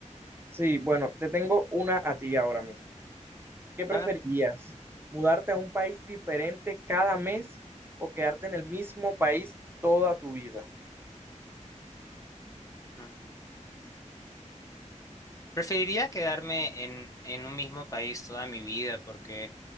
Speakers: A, on the right (about 15°); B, on the left (about 25°).
A: Sí, bueno, te tengo una a ti ahora mismo. ¿Qué preferirías?
B: A ver,
A: ¿Mudarte a un país diferente cada mes o quedarte en el mismo país toda tu vida?
B: mm, preferiría quedarme en, en un mismo país toda mi vida, porque